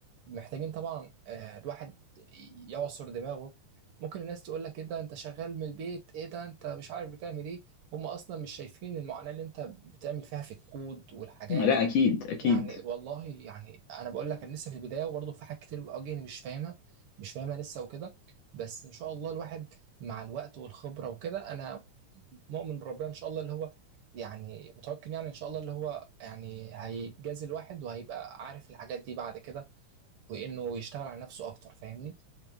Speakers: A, on the right; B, on the left.
A: محتاجين طبعا آه، الواحد يعصر دماغه ممكن الناس تقول لك ايه ده انت شغال من البيت ايه ده انت مش عارف بتعمل ايه هم اصلا مش شايفين المعاناة اللي انت بتعمل فيها في الكود والحاجات
B: لا أكيد أكيد
A: يعني والله يعني انا بقول لك انا لسه في البداية وبرضه في حاجات كتير بتواجهني مش فاهمها مش فاهمها لسه وكده بس ان شاء الله الواحد مع الوقت والخبرة وكده انا مؤمن بربنا ان شاء الله اللي هو يعني متوكل يعني ان شاء الله اللي هو يعني هيجازي الواحد وهيبقى عارف الحاجات دي بعد كده وانه يشتغل على نفسه اكتر فاهمني